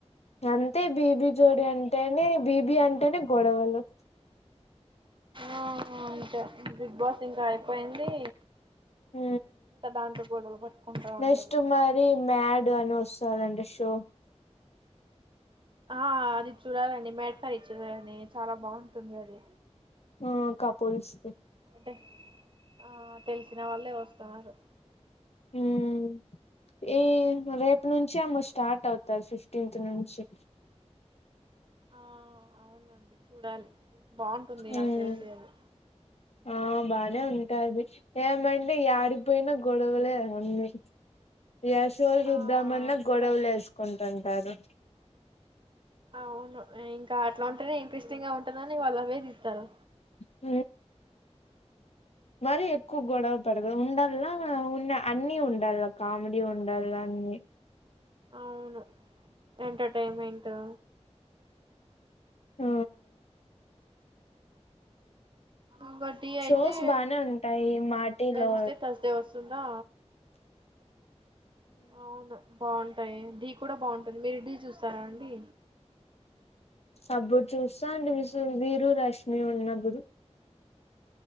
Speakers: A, on the left; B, on the right.
A: అంతే బీబీ జోడి అంటేనే బీబీ అంటేనే గొడవలు
B: ఆ అంటే బిగ్ బాస్ ఇంకా అయిపోయింది
A: హ
B: ఇంకా దాంతో గొడవలు పట్టుకుంటా
A: నెస్ట్
B: ఉంటారు
A: మరి మ్యాడ్ అను వొస్తుంది అంట షో
B: ఆ అది చూడాలండి మేడ్ ఫర్ ఈచ్ అదర్ చాలా బాగుంటుంది అది
A: ఆ కపుల్స్ ది
B: అంటే ఆ తెలిసిన వాళ్ళే వస్తున్నారు
A: ఉమ్ ఈ రేపు నుంచి ఏమ్మో స్టార్ట్ అవుతాది ఫిఫ్టీన్త్ నుంచి
B: ఆ అవునండి చూడాలి బాగుంటుంది
A: మ్మ్
B: నాకు తెలిసే అది
A: ఆ బానే ఉంటది ఏమంటే ఏడిపోయినా గొడవలే ఉంది ఏ షో చూద్దామన్నా
B: ఆ అంతే
A: గొడవలు వేసుకుంటుంటారు
B: అవును ఇంకా అట్లా ఉంటనే ఇంట్రెస్టింగ్ గా ఉంటందని వాళ్ళు అవే తీస్తారు
A: హు మరి ఎక్కువ గొడవ పడదు ఉండాలా ఉన్న అన్ని ఉండాల్ల కామెడీ ఉండాల్ల ఉ
B: అవును ఎంటర్టైన్మెంటు
A: ఊ
B: ఇంకోటి
A: షోస్
B: అయితే
A: బానే ఉంటాయి మాటీ
B: వెన్స్డే
A: లో
B: థర్స్డే వస్తుందా అవును బాగుంటాయి ఢీ కూడా బాగుంటుంది మీరు డీ చూస్తారా అండి
A: అపూడు చూస్తాండీ మీ సుదీరు రష్మి ఉన్నప్పుడు